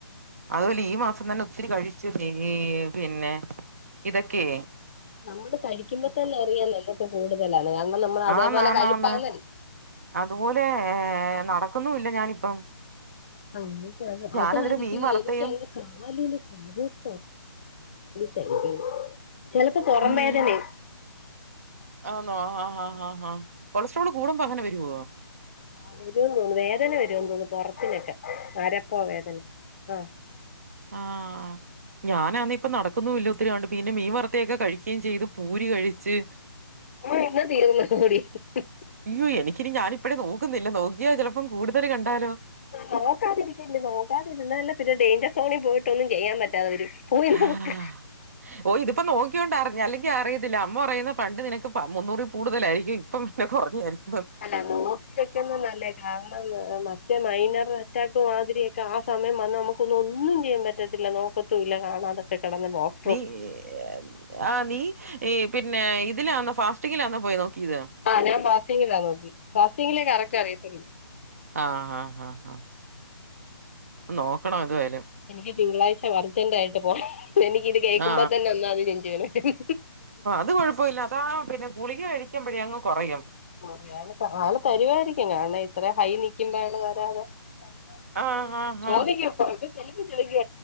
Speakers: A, on the right; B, on the left.
A: അതുല്ലാ ഈ മാസം തന്നെ ഒത്തിരി കഴിച്ചു ഈ പിന്നെ ഇതൊക്കെ
B: നമ്മള് കഴിക്കുമ്പോ തന്നെ അറിയാലോ ഇതൊക്കെ കൂടുതലാണ് അന്ന് നമ്മള് അതേപോലെ
A: ആന്ന് ആന്ന്
B: കഴിപ്പാണല്ലോ
A: ആന്ന് അതുപോലെ നടക്കുന്നുല്ല ഞാനിപ്പം
B: അങ്ങനെ തന്നെ
A: ഞാനതിന്
B: അതായിരിക്കും
A: മീൻ വറുത്തയും
B: എനിക്ക് <unintelligible> കാലിന് <unintelligible> ചെലപ്പോ പൊറം
A: ഉം
B: വേദനെയാ.
A: ആന്നോ ഹ ഹാ ഹാ ഹാ കൊളസ്ട്രോള് കൂടുമ്പോ അങ്ങനെ വെരോ.
B: ആ വരോന്നു തോന്നു വേദന വരോന്ന് തോന്നു പൊറത്തിനൊക്കെ അരപ്പോ വേദന ആ.
A: ആഹ് ഞാനാന്നെ പ്പ നടക്കുന്നുല്ല ഒത്തിരിയാണ്ട് പിന്നെ മീൻ വറുത്തേക്കെ കഴികേം ചെയ്തു. പൂരി കഴിച്ച്.
B: ആ ഇന്ന് തീർന്നുതൂടി മ്മ്.
A: യ്യേ എനിക്കിനി ഞാനിപ്പഴെ നോക്കുന്നില്ല നോക്കിയാ ചിലപ്പം കൂടുതല് കണ്ടാലോ.
B: നോക്കതിരി നോക്കാതിരുന്നാലാ പിന്നെ ഡേഞ്ചർ സോണിൽ പോയിട്ടൊന്നും ചെയ്യാൻ പറ്റാതെവരും പോയി
A: ആ
B: നോക്.
A: ഓ ഇതിപ്പോ നോക്യോണ്ടറിഞ്ഞ് അല്ലെങ്കി അറിയത്തില്ല അമ്മ പറയുന്ന് പണ്ട് നിനക്ക് പ മുന്നൂറിൽ കൂടുതലായിരിക്കു. ഇപ്പം ന്നെ കൊറഞ്ഞെ ആയിരിക്കും
B: അല്ല നോക്കി വെക്കുന്നെ നല്ലെ. കാരണംന്ന മറ്റേ മൈനർ അറ്റാക്ക് മാതിരിയൊക്കെ ആ സമയം വന്ന നമുക്കൊന്നൊന്നും ചെയ്യാൻ പറ്റത്തില്ല നോ. ക്കത്തൂല്ല കാണാതെ ക്കട്ടെ <unintelligible>
A: നീ ഏഹ്. ആഹ്, നീ ഈ പിന്നെ ഇതിലാന്നൊ ഫാസ്റ്റിങ്ങിലാന്നോ പോയി നോക്കീത്.
B: ആഹ്, ഞാൻ ഫാസ്റ്റിങ്ങിലാ നോക്കി. ഫാസ്റ്റിങ്ങിലേ കറക്ട് അറിയത്തൊ <unintelligible>
A: ആഹ് ഹ ഹ ഹ. ന്നു നോക്കണോം എതുവയാലും.
B: എനിയ്ക്ക് തിങ്കളാഴ്ചവർജന്റായിട്ട് പോ <unintelligible> എനിയ്ക്കിത് കേക്കുമ്പോ
A: ആ
B: തന്നെ ഒന്നാന് നെഞ്ച് വേന <unintelligible> രും.
A: ത് കൊഴപ്പോ ഇല്ല അതാ പിന്നെ. ഗുളിക കഴിക്കുമ്പഴേ അങ്ങ് കൊറയും.
B: ഓഹ്, ഞാനിപ്പോ ആള് തരിവാരിക്കും. ഞാനിത്ര ഹൈ നിൽക്കുമ്പോള് വെരാതെ <unintelligible>
A: ആ ആ ആ
B: ചോദിയ്ക്കും.
A: ആ
B: <unintelligible> ചെലപ്പൊ ചേയിക്കും